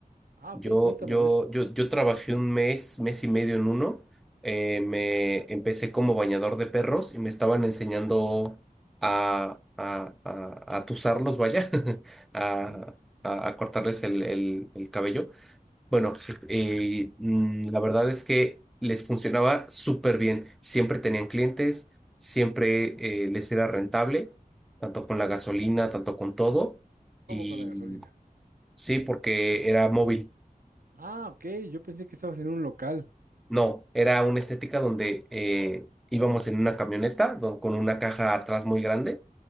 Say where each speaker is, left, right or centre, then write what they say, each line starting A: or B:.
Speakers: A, on the right; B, in the centre.
A: Ah,
B: Yo,
A: ok, cuéntame,
B: yo,
A: a ver.
B: yo, yo trabajé un mes, mes y medio en uno. Eh, me empecé como bañador de perros y me estaban enseñando a, a, a, a tusarlos, vaya, <laughs> a,
A: Ujú,
B: a, a cortarles el, el, el cabello. Bueno, sí, eh, mm, la verdad es que les funcionaba súper bien. Siempre tenían clientes, siempre eh, les era rentable, tanto con la
A: ajá.
B: gasolina, tanto con todo.
A: ¿Cómo
B: Y
A: con la gasolina?
B: sí, porque era móvil.
A: Ah, ok, yo pensé que estabas en un local.
B: No, era una estética donde eh, íbamos en una camioneta don- con una caja atrás muy grande